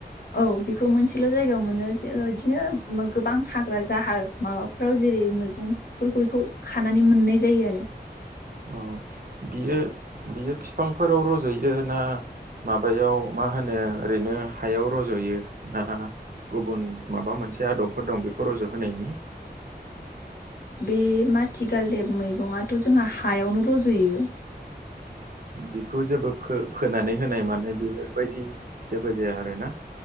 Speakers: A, on the left (about 65°); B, on the right (about 60°).
A: औ बेखौ मोनसेल' जायगायाव मोनोइदिनो गोबां हाग्रा जाहार माबाफ्राव जेरै मैगंफोरखौ बैखौ खानानै मोननाय जायो आरो।
B: औ बियो बियो फिफांफोराव रज'यो ना माबायाव मा होनो ओरैनो हायाव रज'यो ना गुबुन माबा मोनसे आदबफोर दं बेखौ रज'होनायनि?
A: बे माथिगालदेब मैगङाथ' जोंहा हायावनो रज'यो
B: बिखौ जेबो फो-फोनानै होनाय मानाय बेफोरबायदि जेबो जाया आरोना